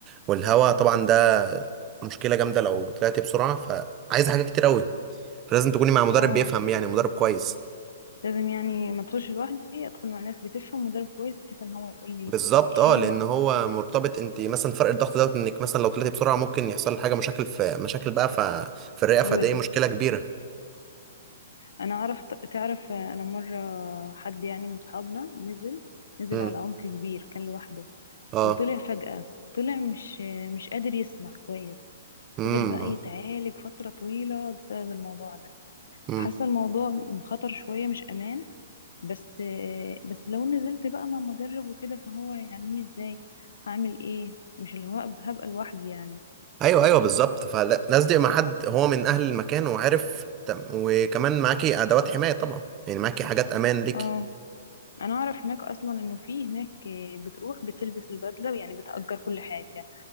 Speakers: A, on the right; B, on the left.
A: والهواء طبعا ده مشكله جامده لو طلعتي بسرعه فعايزه حاجات كتير قوي فلازم تكوني مع مدرب
B: اه
A: بيفهم يعني مدرب كويس
B: لازم يعني ما ادخلش لوحدي ادخل مع ناس بتفهم مدرب كويس بحيث ان هو يقول لي
A: بالظبط
B: تعملي ايه
A: اه لان هو مرتبط انت مثلا فرق الضغط دوت انك مثلا لو طلعتي بسرعه ممكن يحصل حاجه مشاكل في مشاكل بقى ف... في الرئه فدي
B: وفي
A: مشكله كبيره
B: انا اعرف تعرف انا مره حد يعني من صحابنا نزل نزل
A: امم
B: على عمق كبير كان لوحده
A: اه
B: وطلع فجأة طلع مش مش قادر يسمع كويس
A: امم
B: فضل بقى يتعالج فتره طويله بسبب الموضوع ده
A: امم
B: حاسه الموضوع خطر شويه مش امان بس بس لو نزلت بقى مع مدرب وكده فهو يعلمني ازاي هعمل ايه مش اللي هو هبقى هبقى لوحدي يعني
A: ايوه ايوه بالظبط فلازم يبقى مع حد هو من اهل المكان وعارف تم- وكمان معاكي ادوات حمايه طبعا يعني معاكي حاجات امان ليكي
B: اه انا اعرف هناك اصلا انه في هناك بتروح بتلبس البدله يعني بتأجر كل حاجه